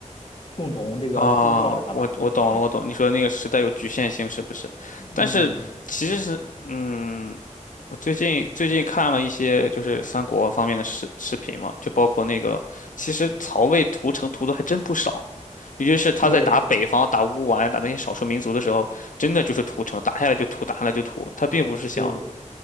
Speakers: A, on the left; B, on the left.
A: 共同这个塑造了他吧。
B: 啊，我我懂了，
A: 对，
B: 我懂。你说的那个时代有局限性，是不是？
A: 嗯，
B: 但是其实是，嗯，我最近最近看了一些就是三国方面的视视频嘛，就包括那个，其实曹魏屠城屠的还真不少，尤其是他在打北方、
A: 对
B: 打乌丸、打那些少数民族的时候，真的就是屠城，打下来就屠，打下来就屠，他并不是想
A: 对，